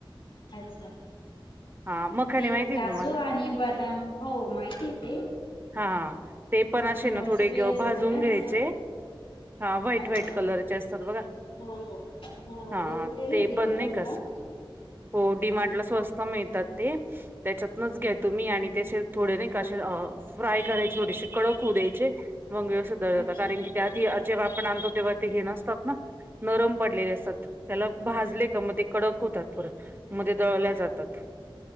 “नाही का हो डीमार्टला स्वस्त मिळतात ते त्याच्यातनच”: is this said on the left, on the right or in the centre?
Right